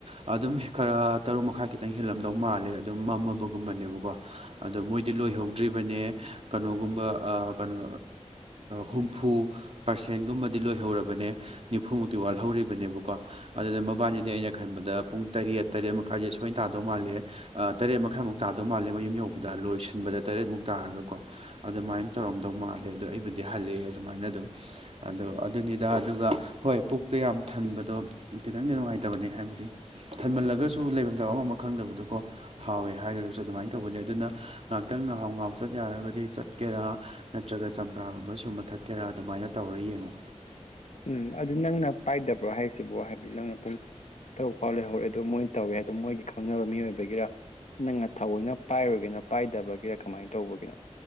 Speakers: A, on the right (about 55°); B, on the left (about 70°).
A: ꯑꯗꯨꯝ ꯈꯔ ꯇꯔꯨꯛ ꯃꯈꯥꯏ ꯈꯤꯇꯪ ꯍꯦꯜꯂꯝꯗꯧ ꯃꯥꯜꯂꯦ ꯑꯗꯨꯝ ꯃꯝꯃꯕꯒꯨꯝꯕꯅꯦꯕꯀꯣ ꯑꯗꯣ ꯃꯣꯏꯗꯤ ꯂꯣꯏꯍꯧꯗ꯭ꯔꯤꯕꯅꯦ ꯀꯩꯅꯣꯒꯨꯝꯕ ꯀꯩꯅꯣ ꯍꯨꯝꯐꯨ ꯄꯥꯔꯁꯦꯟꯒꯨꯝꯕꯗꯤ ꯂꯣꯏꯍꯧꯔꯕꯅꯦ ꯅꯤꯐꯨꯃꯨꯛꯇꯤ ꯋꯥꯠꯍꯧꯔꯤꯕꯅꯦꯕꯀꯣ ꯑꯗꯨꯅ ꯃꯕꯥꯜꯗꯗꯤ ꯑꯩꯅ ꯈꯟꯕꯗ ꯄꯨꯡ ꯇꯔꯦꯠ ꯇꯔꯦꯠ ꯃꯈꯥꯏꯁꯦ ꯁꯣꯏꯅ ꯇꯥꯗꯧ ꯃꯥꯜꯂꯦ ꯇꯔꯦꯠ ꯃꯈꯥꯏꯃꯨꯛ ꯇꯥꯗꯧ ꯃꯥꯜꯂꯦ ꯃꯌꯨꯝ ꯌꯧꯕꯗ ꯂꯣꯏꯁꯤꯟꯕꯗ ꯇꯔꯦꯠꯃꯨꯛ ꯇꯥꯔꯒꯀꯣ ꯑꯗꯨꯃꯥꯏꯅ ꯇꯧꯔꯝꯗꯧ ꯃꯥꯜꯂꯦ ꯑꯗꯣ ꯑꯩꯕꯨꯗꯤ ꯍꯜꯂꯛꯑꯦ ꯑꯗꯨꯃꯥꯏꯅ ꯑꯗꯨꯝ ꯑ ꯑꯗꯨꯅꯤꯗ ꯑꯗꯨꯒ ꯍꯣꯏ ꯄꯨꯛꯇꯨ ꯌꯥꯝ ꯊꯟꯕꯗꯣ ꯈꯤꯇꯪꯗꯤ ꯅꯨꯡꯉꯥꯏꯇꯕꯅꯦ ꯍꯥꯏꯕꯗꯤ ꯊꯟꯃꯜꯂꯒꯁꯨ ꯂꯩꯐꯝ ꯆꯥꯕꯐꯝ ꯑꯃ ꯈꯪꯗꯕꯗꯨꯀꯣ ꯍꯥꯎꯋꯦ ꯍꯥꯏꯈ꯭ꯔꯒꯁꯨ ꯑꯗꯨꯃꯥꯏꯅ ꯇꯧꯕꯅꯤ ꯑꯗꯨꯅ ꯉꯍꯥꯛꯇꯪ ꯉꯍꯥꯎ ꯉꯍꯥꯎ ꯆꯠ ꯌꯥꯔꯒꯗꯤ ꯆꯠꯀꯦꯔꯥ ꯅꯠꯇ꯭ꯔꯒ ꯆꯝꯄ꯭ꯔꯥꯒꯨꯝꯕ ꯁꯨꯝꯕ ꯊꯛ ꯀꯦꯔꯥ ꯑꯗꯨꯃꯥꯏꯅ ꯇꯧꯔ ꯌꯦꯡꯉꯨ
B: ꯎꯝ ꯑꯗꯨ ꯅꯪꯅ ꯄꯥꯏꯗꯕ꯭ꯔꯣ ꯍꯥꯏꯁꯤꯕꯣ ꯍꯥꯏꯕꯗꯤ ꯅꯪꯅ ꯄꯨꯡ ꯇ ꯐꯥꯎ ꯂꯩꯍꯧꯔꯦ ꯑꯗꯨ ꯃꯣꯏꯅ ꯇꯧꯋꯦ ꯑꯗꯨ ꯃꯣꯏꯒꯤꯪꯅꯕ ꯃꯤꯑꯣꯏꯕꯒꯤꯔꯥ ꯅꯪꯅ ꯊꯑꯣꯏꯅ ꯄꯥꯏꯔꯨꯒꯦꯅ ꯄꯥꯏꯗꯕꯒꯤꯔ ꯀꯃꯥꯏꯅ ꯇꯧꯕꯒꯤꯅꯣ